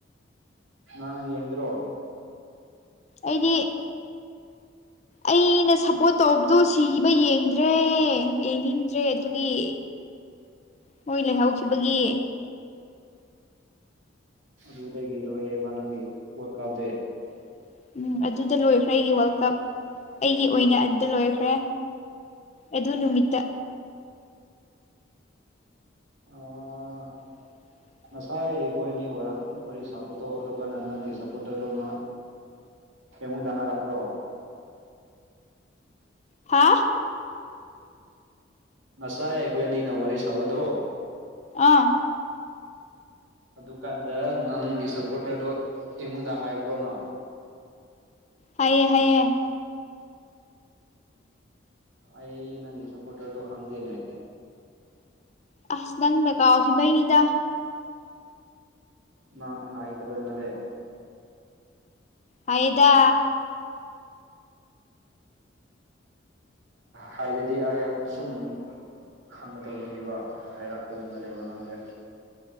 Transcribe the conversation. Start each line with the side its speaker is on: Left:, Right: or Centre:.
Right: ꯅꯪ ꯌꯦꯡꯗ꯭ꯔꯣ
Left: ꯑꯩꯗꯤ ꯑꯩꯅ ꯁꯞꯄꯣꯔꯠ ꯇꯧꯕꯗꯣ ꯁꯤꯕ ꯌꯦꯡꯗ꯭ꯔꯦ ꯌꯦꯡꯅꯤꯡꯗ꯭ꯔꯦ ꯑꯗꯨꯒꯤ ꯃꯣꯏ ꯂꯩꯍꯧꯈꯤꯕꯒꯤ
Right: ꯑꯗꯨꯗꯒꯤ ꯂꯣꯏꯔꯦꯕ ꯅꯪꯒꯤ ꯋꯥꯜꯀꯞꯗꯤ
Left: <inaudible> ꯎꯝ ꯑꯗꯨꯗ ꯂꯣꯏꯈ꯭ꯔꯦ ꯑꯩꯒꯤ ꯋꯥꯔꯜ ꯀꯞ ꯑꯩꯒꯤ ꯑꯣꯏꯅ ꯑꯗꯨꯗ ꯂꯣꯏꯈ꯭ꯔꯦ ꯑꯗꯨ ꯅꯨꯃꯤꯠꯇ
Right: ꯑꫭ
Left: <inaudible>
Right: ꯉꯁꯥꯏ ꯑꯩꯈꯣꯏ ꯑꯅꯤꯔ ꯋꯥꯔꯤ ꯁꯥꯄꯗꯣ ꯑꯗꯨ ꯀꯥꯟꯅ ꯅꯪꯒꯤ ꯁꯥꯞꯄꯣꯔꯠꯇꯔꯗꯨꯅ ꯍꯦꯃꯟꯗ ꯍꯔꯛ꯭ꯄꯔꯣ
Left: ꯍꯥ
Right: ꯉꯁꯥꯏ ꯑꯩꯈꯣꯏ ꯑꯅꯤꯅ ꯋꯥꯔꯤ ꯁꯥꯕꯗꯣ
Left: ꯑꯥ
Right: ꯑꯗꯨꯀꯥꯟꯗ ꯅꯪꯒꯤ ꯁꯞꯄꯣꯔꯇꯔꯗꯣ ꯑꯩꯉꯣꯟꯗ ꯍꯥꯏꯕ꯭ꯔꯣꯅ
Left: ꯍꯥꯏꯑꯌꯦ ꯍꯥꯏꯑꯌꯦ
Right: ꯑꯩ ꯅꯪꯒꯤ ꯁꯞꯄꯣꯔꯇꯔꯗꯣ ꯈꯪꯗꯦꯅꯦ
Left: ꯑꯁ ꯅꯪꯅ ꯀꯥꯎꯈꯤꯕꯩꯅꯤꯗ
Right: ꯅꯪ ꯍꯩꯇꯕ ꯅꯠꯇꯦ
Left: ꯍꯩꯗ
Right: ꯍꯥꯏꯔꯗꯤ ꯑꯩ ꯁꯨꯝ ꯈꯪꯉ ꯇꯧꯕꯅꯦꯕ ꯍꯥꯏꯔꯥꯛꯇꯕꯅ ꯂꯩꯕ ꯅꯪꯁꯦ